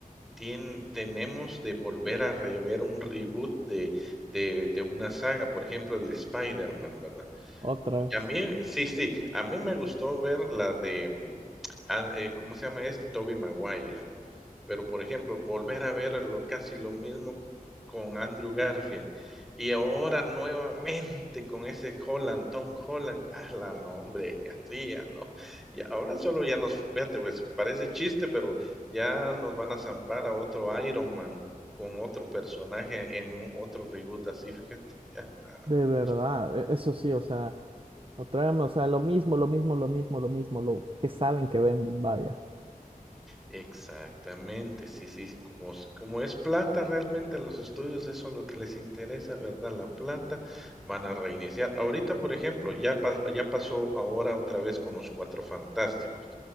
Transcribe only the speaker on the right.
Otra vez.
De verdad,
e- eso sí, o sea, otra vez, o sea, lo mismo, lo mismo, lo mismo, lo mismo, lo que saben que venden, vaya.